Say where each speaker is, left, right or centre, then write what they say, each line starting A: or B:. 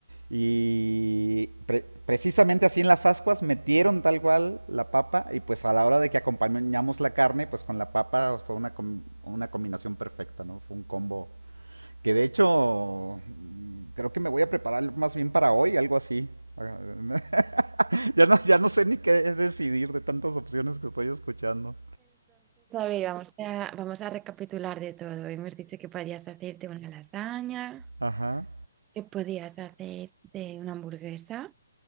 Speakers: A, on the right; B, on the right.
A: y pre- precisamente así en las ascuas metieron tal cual la papa y pues a la hora de que acompañamos la carne, pues con la papa fue una, com- una combinación perfecta, ¿no? Fue un combo que de hecho mm, creo que me voy a preparar más bien para hoy, algo así. <laughs> ya, no, ya no sé ni qué decidir de tantas opciones que estoy escuchando.
B: Vamos a, vamos a recapitular de todo. Hemos dicho que podías hacerte una lasaña,
A: Ajá,
B: que podías hacerte una hamburguesa